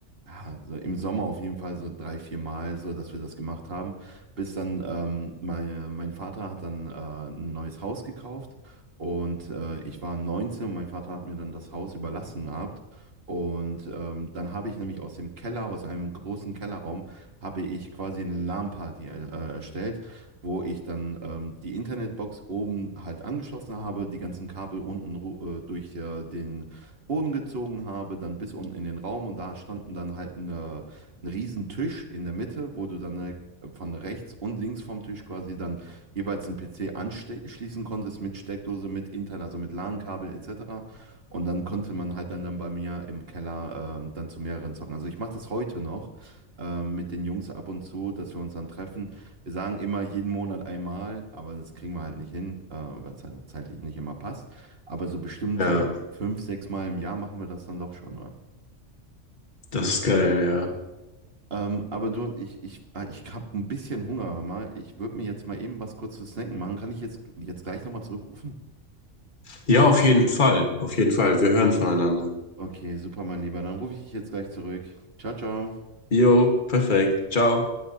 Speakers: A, on the right (about 50°); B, on the left (about 40°).
A: ja, so im Sommer auf jeden Fall so drei, vier Mal so, dass wir das gemacht haben, bis dann ähm, mein, mein Vater hat dann äh, ein neues Haus gekauft und äh, ich war 19 und mein Vater hat mir dann das Haus überlassen gehabt und ähm, dann habe ich nämlich aus dem Keller, aus einem großen Kellerraum, habe ich quasi eine LAN-Party äh, erstellt wo ich dann ähm, die Internetbox oben halt angeschlossen habe, die ganzen Kabel unten ru- äh, durch äh, den Boden gezogen habe, dann bis unten in den Raum und da standen dann halt eine, ein riesen Tisch in der Mitte, wo du dann äh, von rechts und links vom Tisch quasi dann jeweils einen PC anschließen konntest mit Steckdose, mit intern, also mit LAN-Kabel etc. Und dann konnte man halt dann, dann bei mir im Keller ähm, dann zu mehreren zocken. Also ich mache das heute noch ähm, mit den Jungs ab und zu, dass wir uns dann treffen. Wir sagen immer jeden Monat einmal, aber das kriegen wir halt nicht hin, äh, weil es halt auch zeitlich nicht immer passt. Aber so bestimmt
B: Ja,
A: so fünf, sechs Mal im Jahr machen wir das dann doch schon, oder?
B: das ist geil, ja.
A: Ähm, aber du, ich, ich, ah, ich habe ein bisschen Hunger, hör mal. Ich würde mir jetzt mal eben was kurz zu snacken machen. Kann ich jetzt, jetzt gleich nochmal zurückrufen?
B: Ja, auf jeden Fall. Auf jeden Fall. Wir hören voneinander.
A: Okay, super, mein Lieber. Dann rufe ich dich jetzt gleich zurück. Ciao, ciao.
B: Jo, perfekt. Ciao.